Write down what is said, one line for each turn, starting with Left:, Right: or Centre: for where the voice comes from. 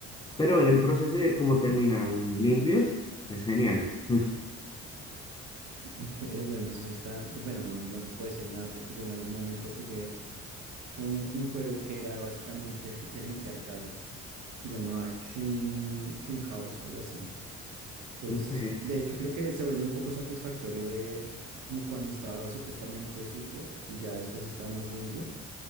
Left: pero ver el proceso y ver cómo terminan limpios es genial. <laughs>
Right: ok, bueno, eso sí está, bueno, no, no te puedo decir nada porque yo en algún momento jugué un, un juego que era básicamente <laughs> de limpiar casas. Se llamaba Clean, Clean House, algo así. Entonces,
Left: Increíble.
Right: de hecho, creo que se volvió un poco satisfactorio ver como cuando estaba supuestamente sucio y ya después está más limpio.